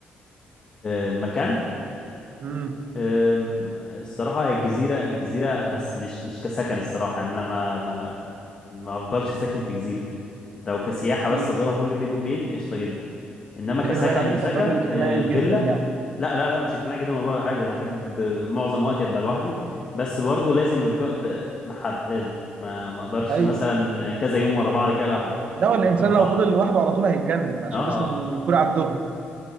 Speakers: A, on the left (about 30°); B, on the right (about 50°).
A: آه، المكان
B: امم
A: آم، الصراحه هي الجزيره الجزيره بس مش مش كسكن الصراحه يعني انا ما ما ما افضلش ساكن في جزيره لو كسياحة بس
B: امم
A: أزورها كل فين وفين قشطة جدا إنما
B: أنت
A: كسكن
B: كده باين عليك
A: وسكن
B: إنك راجل اجتماعي
A: آه، فيلا
B: جدا يعني
A: لا لا لا مش اجتماعي جدا والله ولا حاجة ده بحب آه، معظم وقتي أبقى لوحدي بس برضه لازم يبقى في وقت آه، مع حد لازم ما ما أقدرش
B: أيوه
A: مثلا كذا يوم ورا بعض كده لوحدي
B: ده هو الإنسان
A: الموضوع هيبقى
B: لو
A: صعب
B: فضل لوحده على طول هيتجنن عشان
A: اه اه
B: بس نكون على الدغري